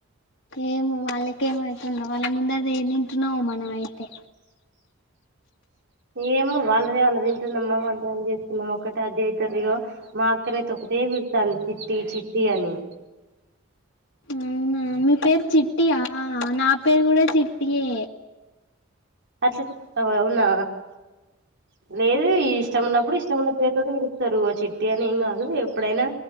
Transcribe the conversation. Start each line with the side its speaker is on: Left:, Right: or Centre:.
Left: ఏమో వాళ్ళకి ఏమైతుందో వాళ్ళ అందరిది ఏం తింటున్నామో మనం అయితే
Right: ఏమో వాళ్లదేమన్న తింటుంనమా వాళ్ళ ఫోన్ చేస్తే ఒక్కటే ఆజ్ అయితారు ఇగో మా అక్కనైతే ఒకటే పిల్తంది చిట్టి చిట్టి అని
Left: అవునా మీ పేరు చిట్టియా నా పేరు కూడా చిట్టియే
Right: అట్ల అవునా లేదు ఇష్టం ఉన్నప్పుడు ఇష్టమున్న పేరుతోటి పిలుస్తారు చిట్టి అని ఏం కాదు ఎప్పుడైనా